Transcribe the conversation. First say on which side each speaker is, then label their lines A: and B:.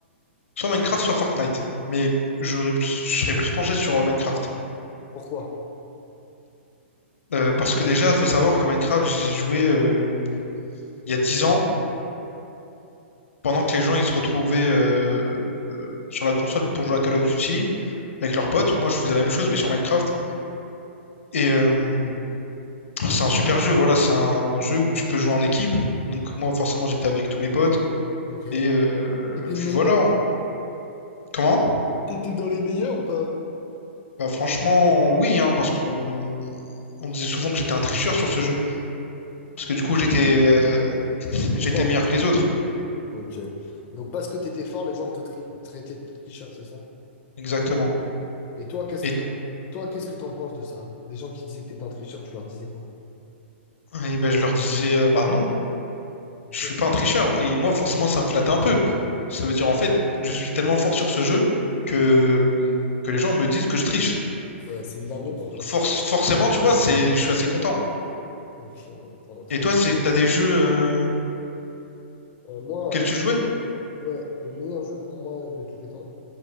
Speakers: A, on the left (about 85°); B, on the left (about 25°).
A: soit Minecraft, soit Fortnite. Mais j'aurais plus- je serais plus penché sur euh, Minecraft.
B: Pourquoi?
A: Euh, parce que déjà, il faut savoir que Minecraft, j'y ai joué euh, il y a 10 ans, pendant que les gens ils se retrouvaient euh, euh, sur la console pour jouer à Call of Duty avec leurs potes. Moi, je faisais la même chose, mais sur Minecraft. Et euh, c'est un super jeu, voilà, c'est un jeu où tu peux jouer en équipe. Donc moi forcément j'étais avec tous mes potes.
B: Ok.
A: Et euh,
B: T'étais le
A: puis
B: meilleur?
A: voilà. Comment?
B: T'étais dans les meilleurs ou pas?
A: Bah franchement, oui, hein, parce qu'on on disait souvent que j'étais un tricheur sur ce jeu. Parce que du coup j'étais euh, <laughs> j'étais
B: Trop Fort.
A: meilleur que les autres.
B: Ok. Donc parce que t'étais fort, les gens te tri- traitaient de tricheur, c'est ça?
A: Exactement.
B: Et toi, qu'est-ce
A: Et,
B: que t'en toi, qu'est-ce que t'en penses de ça? Des gens qui disaient que t'étais un tricheur, tu leur disais quoi?
A: et ben, je leur disais, euh, bah non,
B: Ok,
A: je suis pas un tricheur. Et moi forcément ça me flattait un peu. Ça veut dire en fait, je suis tellement fort sur ce jeu que, que les gens me disent que je triche.
B: ouais, c'est une dinguerie en vrai.
A: Donc force- forcément, tu vois, c'est, je suis assez content.
B: Donc, euh, t'en as trop.
A: Et toi, c'est t'as des jeux euh,
B: Euh, moi,
A: auxquels tu jouais?
B: ouais, le meilleur jeu pour moi de tous les temps,